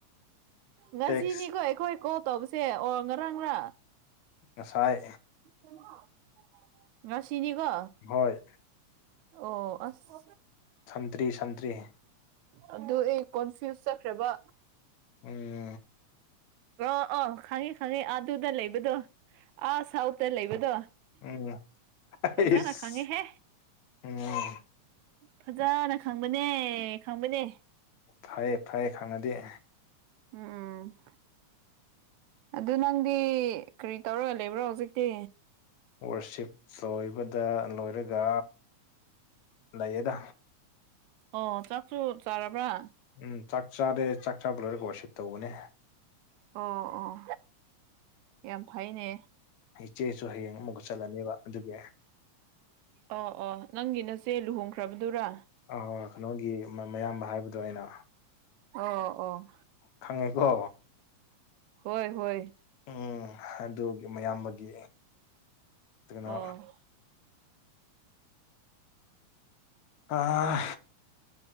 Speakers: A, on the right (about 80°); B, on the left (about 75°).
A: ꯉꯁꯤꯅꯤꯀꯣ
B: ꯇꯦꯛꯁ
A: ꯑꯩꯈꯣꯏ ꯀꯣꯜ ꯇꯧꯕꯁꯦ ꯑꯣ ꯉꯔꯥꯡꯂꯥ
B: ꯉꯁꯥꯏ
A: <unintelligible> ꯉꯁꯤꯅꯤꯀꯣ
B: ꯍꯣꯏ
A: ꯑꯣ ꯑꯁ
B: ꯁꯟꯇ꯭ꯔꯤ ꯁꯟꯇ꯭ꯔꯤ
A: ꯑꯗꯨ ꯑꯩ ꯀꯣꯟꯐ꯭ꯌꯨꯁ ꯆꯠꯈ꯭ꯔꯦꯕ
B: ꯎꯝ
A: ꯑꯣ ꯑꯣ ꯈꯪꯉꯤ ꯈꯪꯉꯤ ꯑꯗꯨꯗ ꯂꯩꯕꯗꯣ ꯑꯥ ꯁꯥꯎꯠꯇ ꯂꯩꯕꯗꯣ
B: ꯎꯝ ꯑꯩꯁ
A: ꯐꯖꯅ ꯈꯪꯉꯦꯍꯦ
B: ꯎꯝ
A: ꯐꯖꯅ ꯈꯪꯕꯅꯦ ꯈꯪꯕꯅꯦ
B: ꯐꯌꯦ ꯐꯌꯦ ꯈꯥꯟꯅꯗꯤꯦ
A: ꯎꯝ ꯑꯗꯨ ꯅꯪꯗꯤ ꯀꯔꯤ ꯇꯧꯔꯒ ꯂꯩꯕ꯭ꯔꯣ ꯍꯧꯖꯤꯛꯇꯤ
B: ꯋꯥꯔꯁꯤꯞ ꯂꯣꯏꯕꯗ ꯂꯣꯏꯔꯒ ꯂꯩꯌꯦꯗ
A: ꯑꯣ ꯆꯥꯛꯁꯨ ꯆꯥꯔꯕ꯭ꯔꯥ
B: ꯎꯝ ꯆꯥꯛ ꯆꯥꯔꯦ ꯆꯥꯛ ꯆꯥꯕ ꯂꯣꯏꯔꯦ ꯣꯔꯁꯤꯠ ꯇꯧꯕꯅꯦ
A: ꯑꯣ ꯑꯣ ꯌꯥꯝ ꯐꯩꯅꯦ
B: ꯆꯦꯁꯨ ꯍꯌꯦꯡ ꯑꯃꯨꯛ ꯆꯠꯂꯅꯦꯕ ꯑꯗꯨꯒꯤ
A: ꯑꯣ ꯑꯣ ꯅꯪꯒꯤ ꯅꯆꯦ ꯂꯨꯍꯣꯡꯈ꯭ꯔꯕꯗꯨꯔꯥ
B: ꯑ ꯀꯩꯅꯣꯒꯤ ꯃꯌꯥꯝꯕ ꯍꯥꯏꯕꯗꯣ ꯑꯩꯅ
A: ꯑꯣ ꯑꯣ
B: ꯈꯪꯉꯦꯀꯣ
A: ꯍꯣꯏ ꯍꯣꯏ
B: ꯎꯝ ꯑꯗꯨ ꯃꯌꯥꯝꯕꯒꯤ ꯀꯩꯅꯣ
A: ꯑꯣ
B: ꯑꯥ